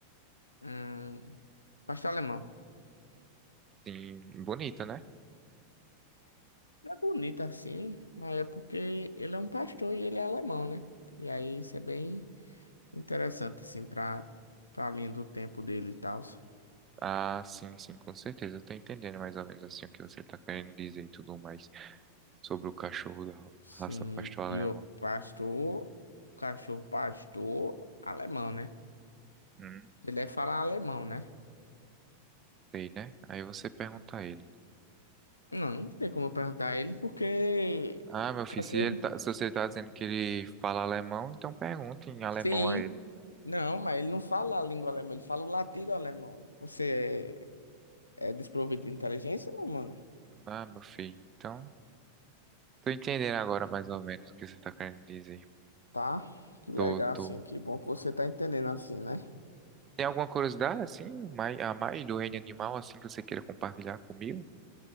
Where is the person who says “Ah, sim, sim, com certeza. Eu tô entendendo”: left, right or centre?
Right